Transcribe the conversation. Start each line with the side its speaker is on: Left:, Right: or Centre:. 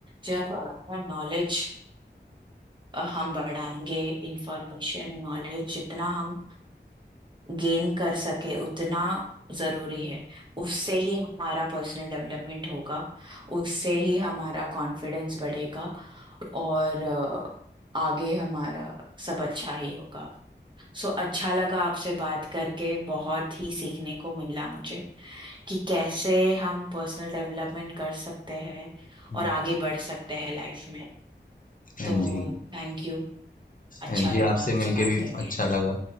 Right: जब हमारा नॉलेज हम बढ़ाएंगे इंफॉर्मेशन नॉलेज जितना हम गेन कर सके उतना जरूरी है उससे ही हमारा पर्सनल डेवलपमेंट होगा उससे ही हमारा कॉन्फिडेंस बढ़ेगा और अ, आगे हमारा सब अच्छा ही होगा सो अच्छा लगा आपसे बात करके बहुत ही सीखने को मिला मुझे कि कैसे हम पर्सनल डेवलपमेंट कर सकते हैं
Left: हम्म।
Right: और आगे बढ़ सकते हैं लाइफ में
Left: हाँ
Right: तो
Left: जी
Right: थैंक यू अच्छा
Left: हाँ जी
Right: लगा
Left: आपसे
Right: आपसे
Left: मिलके
Right: बात
Left: भी
Right: करके
Left: अच्छा लगा